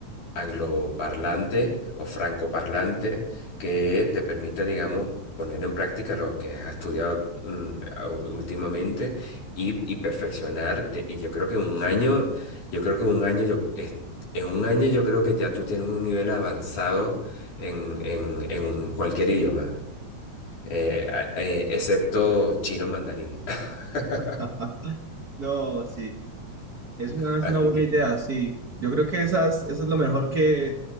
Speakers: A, on the left; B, on the right.
A: angloparlante o francoparlante que te permita, digamos, poner en práctica lo que has estudiado mm, a- últimamente y, y perfeccionar. de- y yo creo que en un año, yo creo que en un año yo, es- en un año yo creo que ya tú tienes un nivel avanzado en, en- en cualquier idioma, eh, a- eh, excepto chino mandarín. <laughs>
B: <laughs> No, sí, es una,
A: Así
B: es una buena
A: que
B: idea, sí. Yo creo que esas, eso es lo mejor que